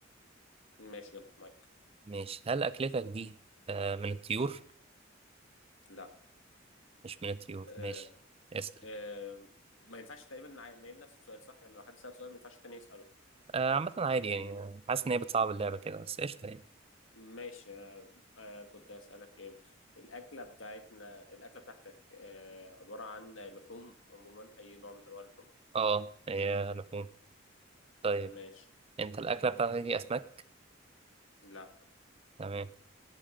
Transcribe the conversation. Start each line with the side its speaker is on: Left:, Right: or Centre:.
Left: ماشي يلا معاك
Right: ماشي هل أكلتك دي آه، من الطيور
Left: لا
Right: مش من الطيور
Left: آه
Right: ماشي اسأل
Left: آه ما ينفعش تقريبا نع- نعيد نفس السؤال صح يعني لو حد سأل سؤال ما ينفعش التاني يسأله
Right: آه، عامة عادي يعني آه، حاسس إن هي بتصعب اللعبة كده بس قشطة يعني
Left: ماشي أنا آه، كنت أسألك إيه الأكلة بتاعتنا الأكلة بتاعتك آه، عبارة عن لحوم عموما أي نوع من أنواع اللحوم
Right: أه هي لحوم طيب
Left: ماشي
Right: انت الاكله بتاعتك دي اسماك
Left: لا
Right: تمام